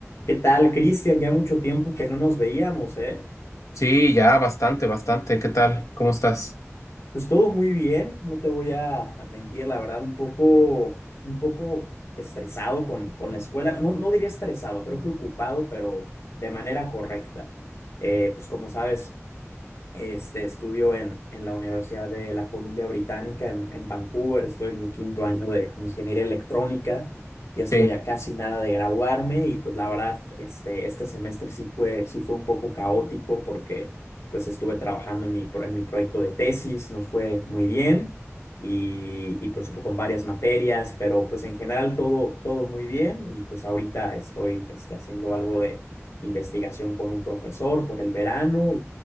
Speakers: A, on the left; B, on the left.
A: ¿Qué tal, Cristian? Ya mucho tiempo que no nos veíamos, ¿eh?
B: Sí, ya, bastante, bastante. ¿Qué tal? ¿Cómo estás?
A: Pues todo muy bien, no te voy a a mentir, la verdad, un poco, un poco estresado con, con la escuela. No, no diría estresado, creo que ocupado, pero de manera correcta. Eh, pues como sabes, Este, estudio en, en la Universidad de la Columbia Británica en, en Vancouver. Estoy en mi quinto año de ingeniería electrónica. Ya estoy
B: Sí,
A: a casi nada de graduarme y pues la verdad, este, este semestre sí fue, sí fue un poco caótico porque pues estuve trabajando en mi, pro- en mi proyecto de tesis, nos fue muy bien y, y pues con varias materias, pero pues en general todo, todo muy bien y pues ahorita estoy este, haciendo algo de investigación con un profesor por el verano